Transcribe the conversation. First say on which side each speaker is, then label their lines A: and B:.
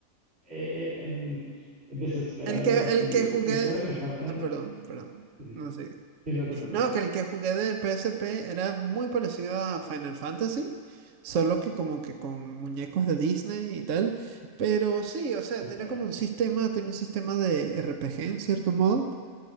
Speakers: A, on the right; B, on the right.
A: eh, eh, en- desesperado
B: El que,
A: y así
B: el
A: de.
B: que jugué.
A: Y todavía me faltan.
B: Ah, perdón, perdón.
A: Ujú.
B: No sé.
A: Sí, no te preocupes.
B: No, que el que jugué de PSP era muy parecido a Final Fantasy. Solo que como que con muñecos de Disney y tal. Pero sí, o sea,
A: Sí,
B: tiene
A: claro.
B: como un sistema, tiene un sistema de RPG en cierto modo.